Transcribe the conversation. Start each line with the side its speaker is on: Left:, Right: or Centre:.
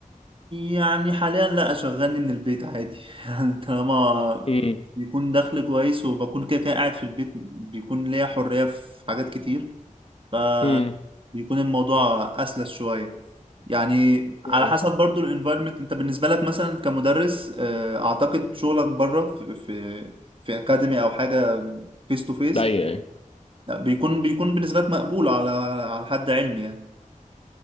Right: يعني حاليا لا شغلني من البيت عادي <laughs> يعني طالما
Left: امم
Right: بيكون دخل كويس وبكون كده كده قاعد في البيت بيكون ليا حرية في حاجات كتير فبيكون
Left: امم
Right: الموضوع أسلس شوية يعني على
Left: امم
Right: حسب برضو الانفايرمنت انت بالنسبة لك مثلا كمدرس آه، اعتقد شغلك بره في في في اكاديمي او حاجة فيس تو فيس
Left: ده يعني
Right: لا بيكون بيكون بالنسبة لك مقبول على على حد علمي يعني